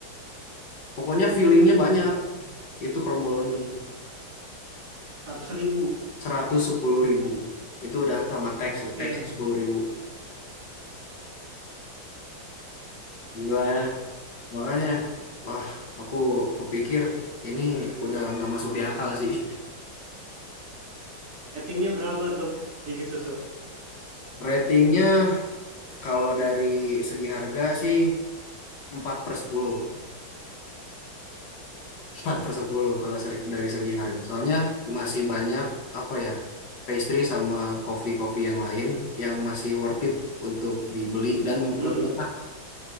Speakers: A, on the left (about 60°); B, on the right (about 50°).
A: Pokoknya feelingnya banyak.
B: ah.
A: Itu Kromboloni
B: Seratus ribu.
A: seratus sepuluh ribu. Itu udah tamat teks,
B: Oke.
A: teks 10 ribu. Gila ya. Makanya, wah aku kupikir ini udah nggak masuk di akal sih.
B: Ratingnya berapa tuh? Gigi susu.
A: Ratingnya kalau dari segi harga sih 4 per sepuluh. Empat per 10 kalau seri- dari segi harga. Soalnya masih banyak apa ya pastry sama coffee-coffee yang lain yang masih worth it untuk dibeli dan
B: Hmm.
A: lebih enak.